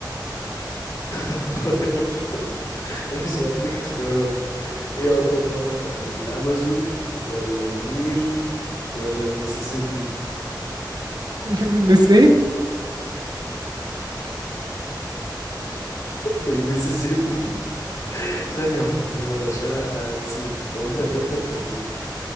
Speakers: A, on the left; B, on the right.
A: <laughs> طيب ماشي هديك اختيارات ايه اطول نهر في العالم الامازون ولا النيل ولا المسيسيبي
B: <laughs> بس ايه
A: المسيسيبي <laughs> ثانيه واحده ثانيه واحده عشان أنا نسيت هو انت اجابتك كانت ايه